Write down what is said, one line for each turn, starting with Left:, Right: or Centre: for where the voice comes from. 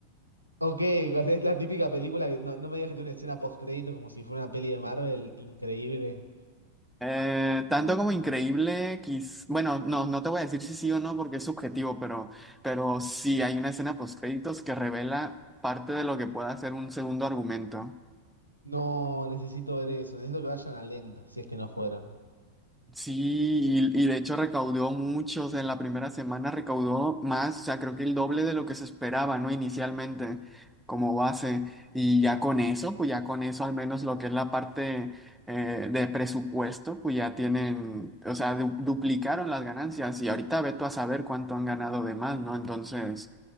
Left: Ok, o sea, es la típica película que no, no me digas que tiene una escena post crédito como si fuera una peli de Marvel increíble.
Centre: Eh, tanto como increíble, quiz... bueno, no, no te voy a decir si sí o no porque es subjetivo, pero, pero sí hay una escena post créditos que revela parte de lo que pueda ser un segundo argumento.
Left: No, necesito ver eso, necesito que vayan a Land, si es que no fueron.
Centre: Sí, y, y de hecho recaudó mucho, o sea, en la primera semana recaudó más, o sea, creo que el doble de lo que se esperaba, ¿no? Inicialmente, como base. Y ya con eso, pues ya con eso, al menos lo que es la parte eh, de presupuesto, pues ya tienen, o sea, du- duplicaron las ganancias y ahorita ve tú a saber cuánto han ganado de más, ¿no? Entonces...